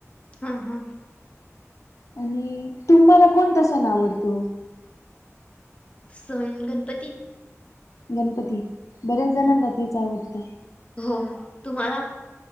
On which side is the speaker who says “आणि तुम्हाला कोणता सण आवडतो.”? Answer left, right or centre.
Left